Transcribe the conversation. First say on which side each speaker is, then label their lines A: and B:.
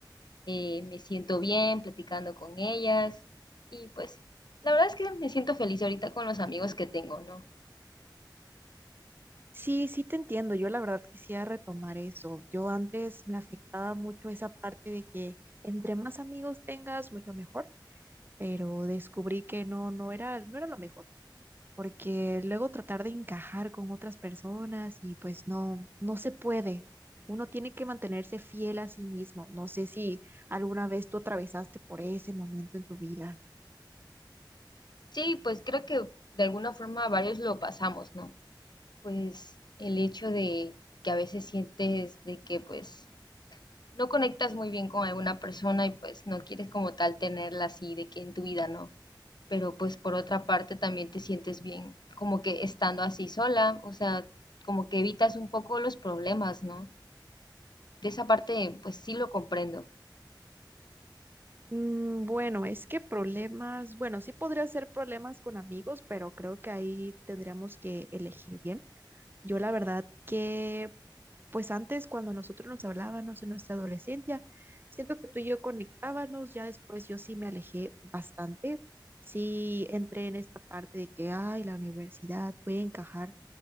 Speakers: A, on the left; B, on the right.
A: eh, me siento bien platicando con ellas y pues la verdad es que me siento feliz ahorita con los amigos que tengo, ¿no?
B: Sí, sí te entiendo. Yo la verdad quisiera retomar eso. Yo antes me afectaba mucho esa parte de que entre más amigos tengas, mucho mejor, pero descubrí que no, no era, no era lo mejor, porque luego tratar de encajar con otras personas y pues no, no se puede. Uno tiene que mantenerse fiel a sí mismo. No sé si alguna vez tú atravesaste por ese momento en tu vida.
A: Sí, pues creo que de alguna forma varios lo pasamos, ¿no? Pues el hecho de que a veces sientes de que pues no conectas muy bien con alguna persona y pues no quieres como tal tenerla así de que en tu vida, ¿no? Pero pues por otra parte también te sientes bien como que estando así sola, o sea, como que evitas un poco los problemas, ¿no? de esa parte, pues sí lo comprendo.
B: Mm, Bueno, es que problemas, bueno, sí podría ser problemas con amigos, pero creo que ahí tendríamos que elegir bien. Yo la verdad que, pues antes cuando nosotros nos hablábamos en nuestra adolescencia, siento que tú y yo conectábamos, ya después yo sí me alejé bastante, sí entré en esta parte de que, ay, la universidad puede encajar